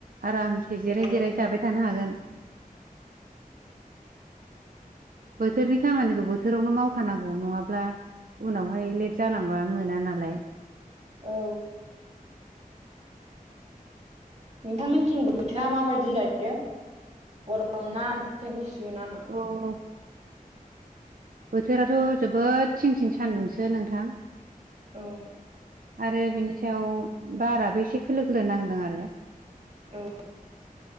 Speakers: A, on the right (about 70°); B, on the right (about 45°).
A: आरामसे जिराय
B: औं
A: जिराय जाबाय थानो हागोन। <inaudible> बोथोरनि खामानिखौ बोथोरावनो मावखानांगौ नङाब्ला उनावहाय लेट जालांबा मोना नालाय
B: औ नोंथांमोनथिं बोथोरा माबायदि जायो गरमा एसे गुसु नामा
A: अ बोथोराथ' जोबोद थिं थिं सान्दुंसो नोंथां
B: औ
A: आरो बिनि सायाव बाराबो एसे खोलो खोलो नांदों आरो
B: औ